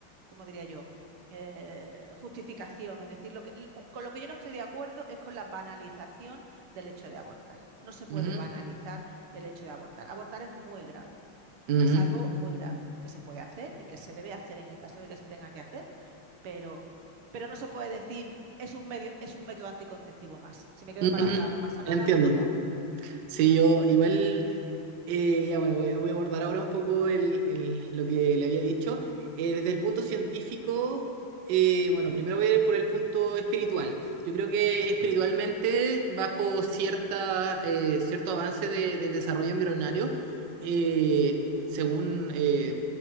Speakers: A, on the right; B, on the right.
A: ¿cómo diría yo? Eh, justificación. Es decir, lo que, l- eh, con lo que yo no estoy de acuerdo es con la banalización del hecho de abortar. No se puede
B: Ujú,
A: banalizar el hecho de abortar. Abortar es muy grave.
B: ujú.
A: Es algo muy grave que se puede hacer y que se debe hacer en el caso de que se tenga que hacer, pero, pero no se puede decir es un medio, es un método anticonceptivo más. Si me quedo
B: Ujú,
A: embarazada no pasa nada
B: Entiendo.
A: porque puedo abortar.
B: Sí, yo igual, eh, ya bueno, voy, voy a abordar ahora un poco el, el- lo que le había dicho. Eh, desde el punto científico, eh, bueno, primero voy a ir por el punto espiritual. Yo creo que espiritualmente, bajo cierta, eh, cierto avance de- del desarrollo embrionario, eh, según eh,